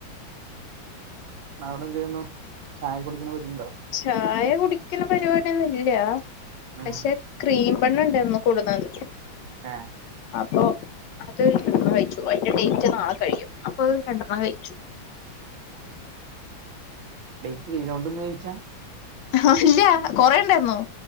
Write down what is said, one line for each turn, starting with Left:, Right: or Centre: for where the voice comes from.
Right: അവിടെ എന്ത് ചെയ്യുന്നു ചായ കുടിക്കണ? <unintelligible>
Left: ചായ കുടിക്കുന്ന പരിപാടിയൊന്നും ഇല്ല
Right: ഉം
Left: പക്ഷെ ക്രീം. <unintelligible> കൂടുന്നത്.
Right: ആഹ്.
Left: അപ്പൊ അത് <unintelligible> അതിന്റെ ഡേറ്റ് നാളെ കഴിയും. അപ്പത് കണ്ടപ്പം കഴിച്ചു.
Right: <unintelligible> ചോദിച്ചാ.
Left: അല്ല കുറേണ്ടായിരുന്നോ.